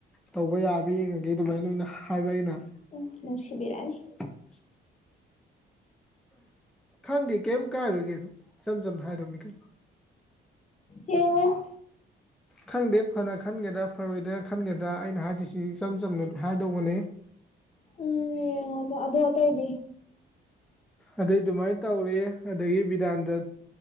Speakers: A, in the centre; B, on the left.
A: ꯇꯧꯕ ꯌꯥꯕ꯭ꯔꯥ ꯌꯦꯡꯉꯒꯦ ꯑꯗꯨꯃꯥꯏꯅ ꯂꯅ ꯍꯥꯏꯕ ꯑꯩꯅ
B: ꯎꯝ ꯅꯨꯡꯁꯤꯕꯤꯔꯛꯑꯅꯤ
A: <inaudible> ꯈꯪꯗꯦ ꯀꯩꯝ ꯀꯥꯏꯔꯣꯏ ꯀꯩꯅꯣ ꯏꯆꯝ ꯆꯝꯅ ꯍꯥꯏꯗꯧꯅꯤ ꯀꯩꯅꯣ
B: ꯌ‌ꯦꯡꯉ‌ꯣ
A: ꯈꯪꯗꯦ ꯐꯅ ꯈꯟꯒꯗ꯭ꯔꯥ ꯐꯔꯣꯏꯗ꯭ꯔꯥ ꯈꯟꯒꯗ꯭ꯔꯥ ꯑꯩꯅ ꯍꯥꯏꯗ‌ꯣꯏꯁꯤ ꯏꯆꯝ ꯆꯝꯅꯗꯤ ꯍꯥꯏꯗꯧꯕꯅꯤ
B: ꯎꯝ ꯌꯦꯡꯉ‌ꯣ ꯑꯗꯣ ꯑꯗ‌ꯣ ꯑꯇꯩꯗꯤ
A: ꯑꯗꯩ ꯑꯗꯨꯃꯥꯏꯅ ꯇꯧꯔꯦ ꯑꯗꯒꯤ ꯕꯤꯗꯥꯟꯗ